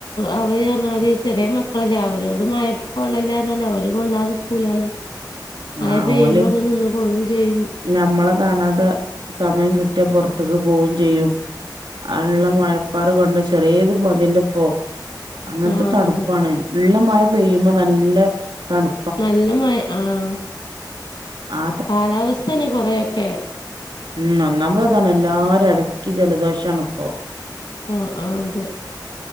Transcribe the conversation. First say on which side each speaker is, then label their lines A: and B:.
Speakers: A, on the left; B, on the right.
A: അവര്‌പഞ്ഞാല് ചെറിയ മ ളല്ലേ അവരോട് മഴക്കൊള്ളല്ലർഞ്ഞ അവരു കൊള്ളാതെക്കൂലാണും മയ
B: ആ
A: പെയ്യുമ്പോ
B: ഓല്
A: അങ്ങനിന്ന് കൊള്ളും ചെയ്യും
B: ഞമ്മളെ കാണാതെ സമയം കിട്ടിയാ പൊറ്ത്ത്ക്ക് പോവും ചെയ്യും ആ ഉള്ള മഴപ്പാറ് കൊണ്ട ചെറിയേത് മതില്ലോപോ അങ്ങൻത്തെ
A: ആ
B: തണുപ്പാണ്
A: അതെ
B: ഉള്ള മഴ പെയ്യുമ്പോ നല്ല തണു
A: നല്ല മഴ ആഹ്
B: ആ
A: കാലാവസ്ഥന്നെ കൊറേ ഒക്കെ
B: ഉഹ് ഒന്നാമതതാണ് എല്ലാരു അടക്കി ജലദോഷണ് ഇപ്പോ.
A: ആഹ് ആഹ് അതെ